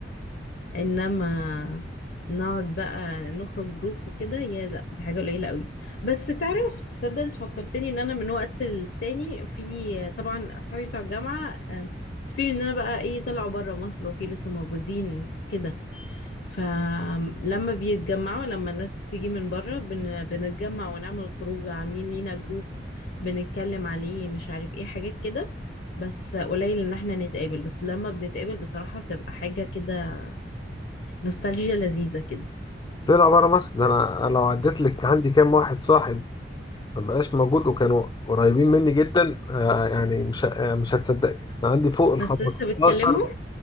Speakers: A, on the left; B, on the left.
A: انما نقعد بقى نخرج جروب وكده يا لا دي حاجة قليلة قوي بس تعرف تصدق انت فكرتني ان انا من وقت للتاني في طبعا اصحابي بتوع الجامعة آه، في ان انا بقى ايه طلعوا بره مصر وفي لسه موجودين كده فلما بيتجمعوا لما الناس بتيجي من بره بن... بنتجمع ونعمل خروج عاملين لينا جروب بنتكلم عليه مش عارف ايه حاجات كده بس قليل ان احنا نتقابل بس لما بنتقابل بصراحة بتبقى حاجة كده نوستالجيا لذيذة كده
B: طلع بره مصر ده انا أنا لو عديت لك عندي كام واحد صاحب ما بقاش موجود وكانوا قريبين مني جدا آه يعني مش ه- آه مش هتصدق انا عندي فوق ال
A: بس
B: 15
A: لسه بتكلموا